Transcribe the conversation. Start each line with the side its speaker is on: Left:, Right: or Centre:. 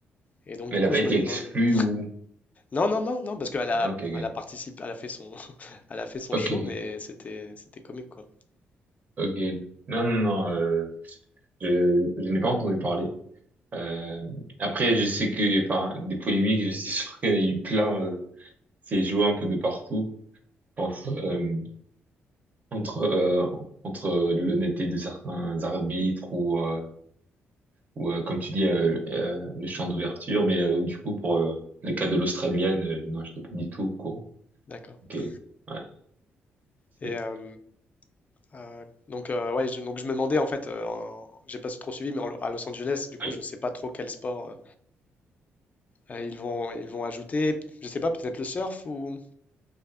Left: Et donc
Right: Mais
Left: du
Right: elle
Left: coup,
Right: a pas
Left: je
Right: été
Left: me demande.
Right: exclue ou...
Left: Non, non, non, non, parce qu'elle a,
Right: Ok, ok,
Left: elle a participé, elle a fait son, <laughs> elle a fait son
Right: ok,
Left: show,
Right: ok.
Left: mais c'était, c'était comique quoi.
Right: Ok. Non, non, non, euh, je, je n'ai pas entendu parler. Euh, après, je sais que, enfin, des polémiques, <laughs> je suis sûr qu'il y en a eu plein. euh, c'est joué un peu de partout. Je pense, euh, entre, euh, entre l'honnêteté de certains arbitres ou, euh, ou euh, comme tu dis, euh, euh, le champ d'ouverture. Mais euh, du coup, pour euh, le cas de l'Australienne, euh, non, je n'étais pas du tout au courant.
Left: D'accord.
Right: Ok. Ouais. c'est-
Left: Et euh, euh, donc euh, ouais, je, donc je me demandais en fait, euh, en- j'ai pas trop suivi, mais en- à Los Angeles, du coup,
Right: ouais.
Left: je sais pas trop quel sport euh, euh, ils vont, ils vont ajouter. Je sais pas, peut-être le surf ou